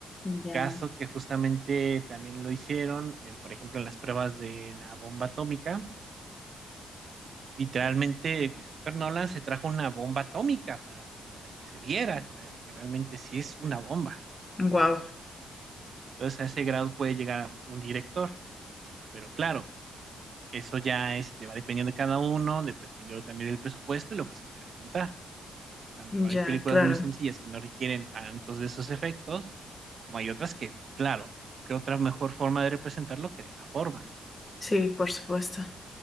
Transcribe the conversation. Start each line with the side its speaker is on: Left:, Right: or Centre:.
Left: Ya.
Right: Caso que justamente también lo hicieron, eh, por ejemplo, en las pruebas de la bomba atómica. Literalmente, Christopher Nolan se trajo una bomba atómica para, para que se viera re- que realmente sí es una bomba.
Left: Wow.
Right: Entonces, a ese grado puede llegar un director, pero claro, eso ya este, va dependiendo de cada uno, dependiendo también del presupuesto y lo que se quiera contar. Porque pues, tanto
Left: Ya,
Right: hay películas
Left: claro.
Right: muy sencillas que no requieren tantos de esos efectos, como hay otras que, claro, ¿qué otra mejor forma de representarlo que de esa forma?
Left: Sí, por supuesto.